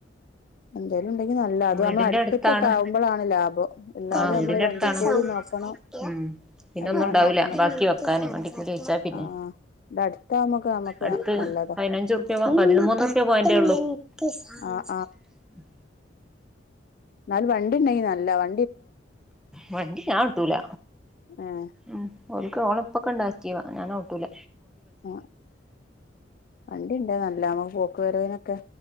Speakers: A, on the left; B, in the centre.
A: എന്തേലും ഉണ്ടെങ്കി നല്ല അത്
B: വീടിന്റെ
A: നമ്മളെ അടുത്ത്ക്കൊക്കെ
B: അടുത്താണ്
A: ആവുമ്പളാണ് ലാഭം അല്ലാതെ
B: ആ വീടിന്റെ
A: നമ്മള്
B: അടുത്താണ്
A: വണ്ടിക്കൂലി നോക്കണം
B: ഉം പിന്നെ
A: എല്ലാം
B: ഒന്നും ഉണ്ടാവില്ല
A: നോക്കണം
B: ബാക്കി വെക്കാനും വണ്ടിക്കൂല വച്ചാ പിന്നെ
A: ആഹ് ഇത് അടുത്താവുമ്പൊക്കെ നമുക്ക്
B: അടുത്ത്
A: നല്ലതാ
B: പതിനഞ്ചു റുപ്യ പതിമൂന്ന് റൂപ്യ പോയിന്റേ ഉള്ളു ക് സംസാരിക്
A: ആഹ് എന്നാല് വണ്ടി ഉണ്ടെങ്കി നല്ല വ
B: വണ്ടി ഞാൻ ഓട്ടുല
A: ഏഹ്
B: ഉം ഒക്ക് ഒളപ്പൊക്കെ ഉണ്ടാക്കിയ ഞാൻ ഓ ഓട്ടുല
A: ആ വണ്ടിണ്ട് നല്ലാണോ പോക്ക് വരവിനൊക്കെ